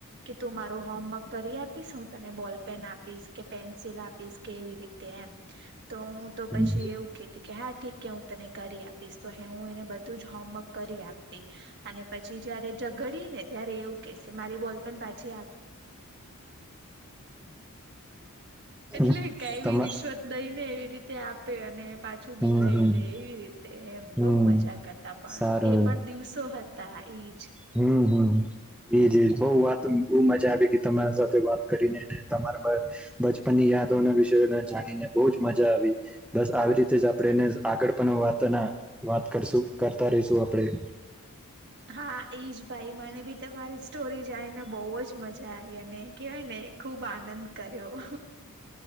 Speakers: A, on the right; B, in the centre.
A: કે તું મારું હોમવર્ક કરી આપી હું તને બોલ પેન આપીશ કે પેન્સિલ આપીશ કે એવી રીતે એમ તો હું તો
B: હમ
A: પછી
B: હમ
A: એવું કતી કે હા ઠી કે હું તને કરી આપીશ તો હ હું એને બધું જ હોમવર્ક કરી આપતી અને પછી જયારે ઝઘડી ને ત્યારે એવું કેશે મારી બોલ પણ પાછી આપ. એટલે
B: હમ.
A: કઈ
B: તમા
A: બ રિશ્વત દઈને એવી રીતે આપે અને
B: હમ
A: લઈલે
B: હમ
A: એવી રીતે. એમ
B: હમ
A: બહુ મજા કરતા પણ
B: સારું
A: એ પણ દિવસો હતા એજ.
B: હમ્મ હમ્મ એજ એજ બઉ વાત બ મજા આવી કે તમારા સાથે વાત કરીનેને તમારા બચપનની યાદોના વિષ જાણીને બહ જ મજા આવી બસ આવી રીતે જ આપણેને આગળ પણ વાત વાત કરશું કરતા રહીશું આપણેે
A: હા એજ ભાઈ મને બી મારી સ્ટોરી જાણીને બહુ જ મજા આવી અને કેહેવાય ને ખુબ આનંદ કર્યો.